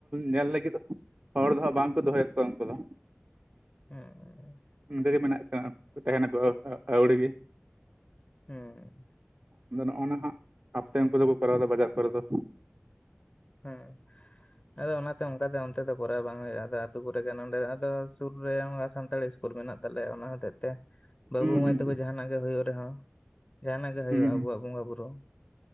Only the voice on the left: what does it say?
ᱦᱩᱸ
ᱦᱮᱸ
ᱦᱮᱸ ᱟᱫᱚ ᱚᱱᱟᱛᱮ ᱚᱱᱠᱟ ᱫᱚ ᱚᱱᱛᱮ ᱫᱚ ᱠᱚᱨᱟᱣ ᱵᱟᱝ ᱦᱩᱭᱩᱜ-ᱟ ᱟᱫᱚ ᱟᱛᱩ ᱠᱚᱨᱮ ᱠᱟᱱᱟ ᱚᱸᱰᱮ ᱟᱫᱚ ᱥᱩᱨ ᱨᱮ ᱥᱟᱱᱛᱟᱲᱤ ᱤᱥᱠᱩᱞ ᱢᱮᱱᱟᱜ ᱛᱟᱞᱮᱭᱟ ᱚᱱᱟ ᱦᱚᱛᱮᱜ ᱛᱮ ᱵᱟᱹᱵᱩ
ᱢᱟᱹᱭ
ᱛᱟᱠᱚ ᱡᱟᱦᱟᱱᱟᱜ ᱜᱮ ᱦᱩᱭᱩᱜ ᱨᱮᱦᱚᱸ ᱡᱟᱦᱟᱱᱟᱜ ᱜᱮ ᱦᱩᱭᱩᱜ-ᱟ
ᱟᱵᱚᱣᱟᱜ
ᱵᱚᱸᱜᱟ ᱵᱩᱨᱩ